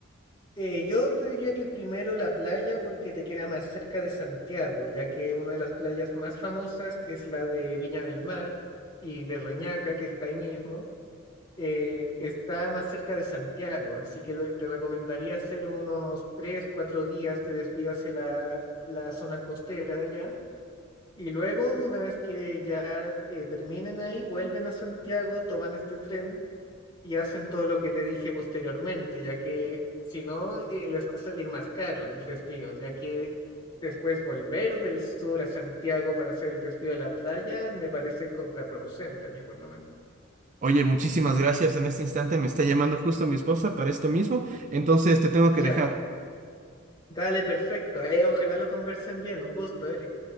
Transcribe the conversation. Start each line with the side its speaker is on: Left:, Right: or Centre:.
Left: Eh, yo te diría que primero la playa porque te queda más cerca de Santiago, ya que una de las playas más famosas, que es la de Viña del Mar y de Reñaca, que está ahí mismo, eh, está más cerca de Santiago, así que lo- te recomendaría hacer unos tres, cuatro días, te desvío hacia la, la zona costera de allá. Y luego, una vez que ya eh, terminen ahí, vuelven a Santiago, toman este tren y hacen todo lo que te dije posteriormente, ya que si no, eh, les va a salir más caro el desvío, ya que después volver del sur a Santiago para hacer el desvío a la playa me parece contraproducente a mí por lo menos.
Right: Oye, muchísimas gracias. En este instante me está llamando justo mi esposa para esto mismo. Entonces, te tengo
Left: Ya,
Right: que dejar.
Left: dale, perfecto. Ahí ojalá lo conversen bien. Un gusto, Eric.